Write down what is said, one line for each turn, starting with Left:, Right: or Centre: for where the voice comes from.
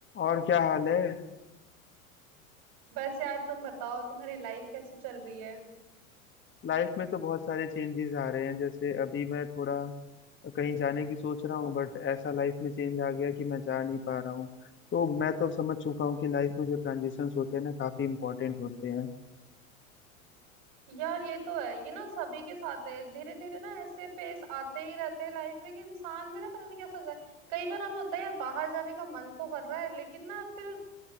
Left: और क्या हाल है
Right: बस यार तुम बताओ तुम्हारी लाइफ कैसे चल रही है
Left: लाइफ में तो बहुत सारे चेंजेस आ रहे हैं जैसे अभी मैं थोड़ा कहीं जाने की सोच रहा हूँ बट ऐसा लाइफ में चेंज आ गया कि मैं जा नहीं पा रहा हूँ तो मैं तो अब समझ चुका हूँ कि लाइफ में जो ट्रांजिशंस होते हैं ना काफी इंपॉर्टेंट होते हैं
Right: यार ये तो है ये ना सभी के साथ है धीरे धीरे ना ऐसे फेस आते ही रहते हैं लाइफ में कि इंसान में ना पता नहीं कैसा होता है कई बार हमें होता है यार बाहर जाने का मन तो कर रहा है लेकिन ना फिर